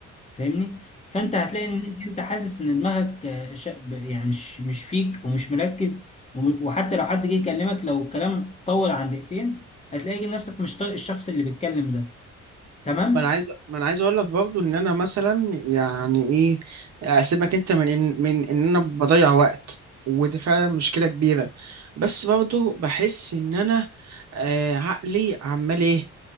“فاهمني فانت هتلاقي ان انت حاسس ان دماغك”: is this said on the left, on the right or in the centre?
Left